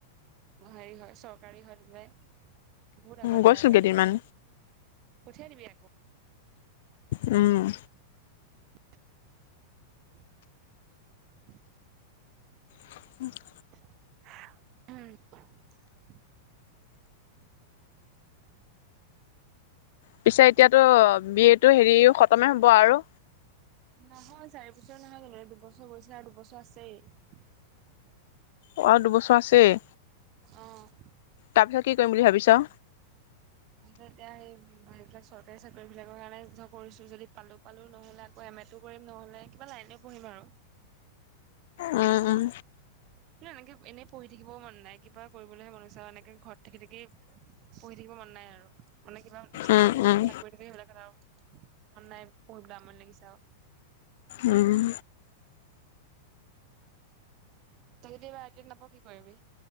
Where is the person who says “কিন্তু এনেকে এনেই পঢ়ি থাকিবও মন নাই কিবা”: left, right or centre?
Right